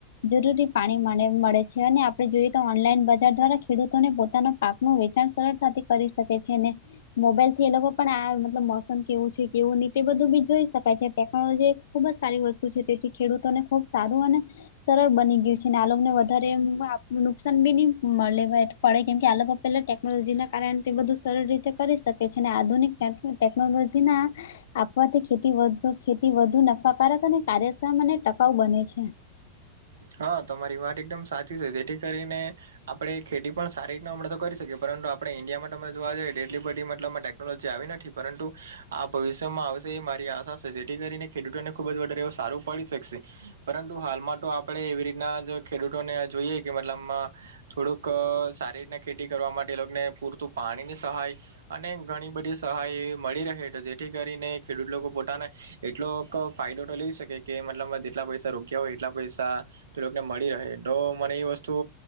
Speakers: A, on the left; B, on the right.
A: જરૂરી પાણી મળે મળે છે અને આપણે જોઈએ તો ઓનલાઈન બજાર દ્વારા ખેડૂતોને પોતાના પાકનું વેચાણ સરળતાથી કરી શકે છે. અને મોબાઈલથી એ લોકો પણ આ મતલબ મોસમ કેવું છે કેવું નહી તે બધું બી જોઈ શકાય છે. ટેક્નોલોજી ખુબ જ સારી વસ્તુ છે. તેથી ખેડૂતોને ખુબ સારું અને સરળ બની ગયું છે અને આ લોક ને વધારે આમ નુકસાન બી ની મલે પડે કેમ કે આલોગો પેલા ટેક નોલોજીના કારણે તે બધું સરળ રીતે કરી શકે છે. અને આધુનિક ટેકનોલોજીના આપવાથી ખેતી વધુ ખેતી વધુ નફાકારક અને કાર્યક્ષમ અને ટકાઉ બને છે.
B: હા તમારી વાત એકદમ સાચી છે જેથી કરીને આપણેે ખેતી પણ સારી રીતના આપણે તો કરી શકીએ પરંતુ આપણે ઈન્ડિયામાં તમે જોવા જઈએ તો એટલી બધી મતલબમાં ટેક્નોલોજી આવી નથી. પરંતુ આ ભવિષ્યમાં આવશે એ મારી આશા છે જેથી કરીને ખેડૂતોને ખુબ જ વધારે એવું સારું પડી શકશે. પરંતુ હાલમાં તો આપણેે એવી રીતના ખેડૂતોને જોઈએ કે મતલબમાં થોડુંક સારી રીતના ખેતી કરવા માટે એ લોકને પૂરતું પાણીની સહાય અને ઘણી બધી સહાય મળી રહે છે. જેથી કરીને ખેડૂત લોકો પોતાના એટલો ફાયદો તો લઈ શકે કે મતલબમાં જેટલા પૈસા રોક્યા હોય એટલા પૈસા તે લોકને મળી રહે તો મને એ વસ્તુ